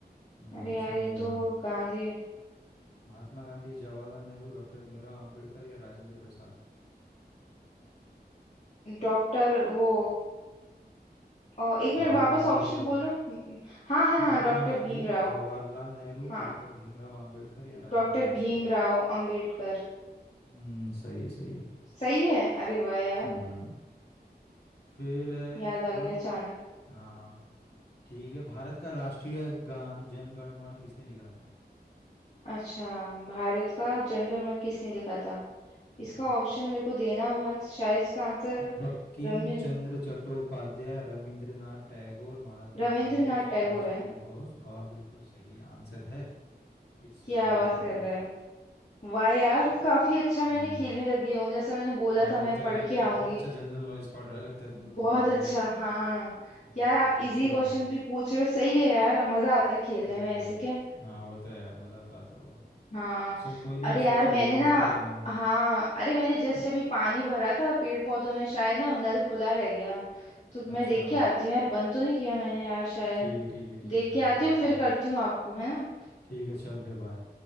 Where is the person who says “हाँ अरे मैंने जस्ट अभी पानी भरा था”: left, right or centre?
Left